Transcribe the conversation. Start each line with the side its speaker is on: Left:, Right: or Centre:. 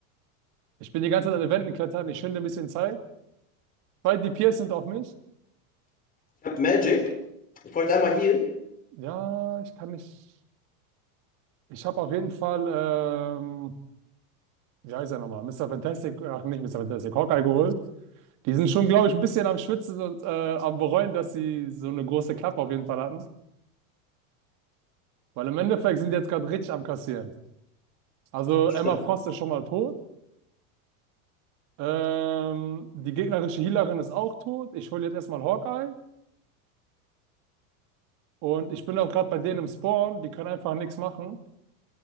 Right: Ich bin die ganze Zeit an den Wänden klettern, ich schinde ein bisschen Zeit. Zwei DPS sind auf mich.
Left: Ich habe Magic. Ich bräuchte einmal Heal.
Right: Ja, ich kann nicht. Ich habe auf jeden Fall, ähm, wie heißt er nochmal? Mister Fantastic, ach nicht Mister Fantastic, Hawkeye geholt. Die sind schon, glaube ich, ein bisschen am Schwitzen und äh, am Bereuen, dass sie so eine große Klappe auf jeden Fall hatten. Weil im Endeffekt sind die jetzt gerade richtig am Kassieren. Also
Left: Das
Right: Emma
Left: stimmt.
Right: Frost ist schon mal tot. Ähm, die gegnerische Healerin ist auch tot. Ich hole jetzt erstmal Hawkeye. Und ich bin auch gerade bei denen im Spawn. Die können einfach nichts machen.